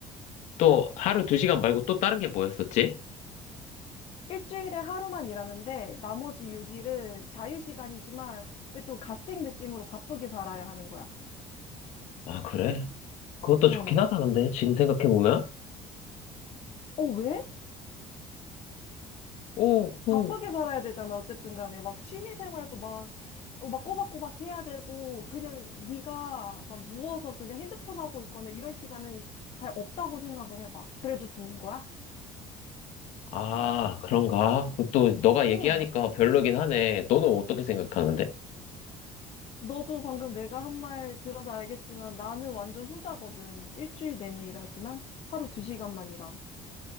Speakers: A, on the left; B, on the left.
A: 또 하루 두 시간 말고 또 다른 게 뭐였었지?
B: 일주일에 하루만 일하는데, 나머지 6일은 자유시간이지만, 좀 갓생 느낌으로 바쁘게 살아야 하는 거야.
A: 아, 그래? 그것도
B: 응.
A: 좋긴 하다, 근데, 지금 생각해보면.
B: 어, 왜?
A: 오, 오.
B: 바쁘게 살아야 되잖아. 어쨌든 간에 막 취미 생활도 막, 어, 막 꼬박꼬박 해야 되고 그냥 네가 막 누워서 그냥 핸드폰 하고 있거나 이런 시간은 잘 없다고 생각을 해봐. 그래도 좋은 거야?
A: 아, 그런가? 또 너가
B: 응.
A: 얘기하니까 별로긴 하네. 너는 어떻게 생각하는데?
B: 너도 방금 내가 한 말 들어서 알겠지만 나는 완전 후자거든. 일주일 내내 일하지만 하루 두 시간만 일함.